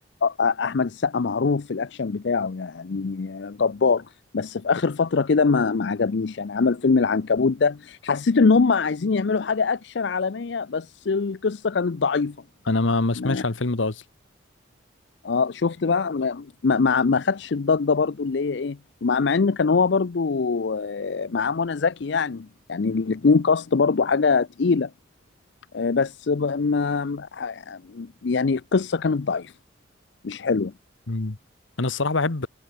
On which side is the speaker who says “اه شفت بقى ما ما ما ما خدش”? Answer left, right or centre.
Left